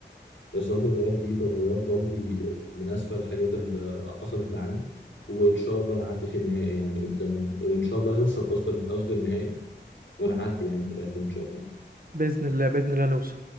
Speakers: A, on the left (about 85°); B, on the right (about 50°).
A: يظل غياب ليه فغياب رمزي من أسوأ الحاجات اللي حصلت معانا وإن شاء الله نعدي في النهائي يعني قدام وإن شاء الله يوصل قصد قصد النهائي ونعدي يعني في الآخر إن شاء الله
B: باذن الله باذن الله نوصل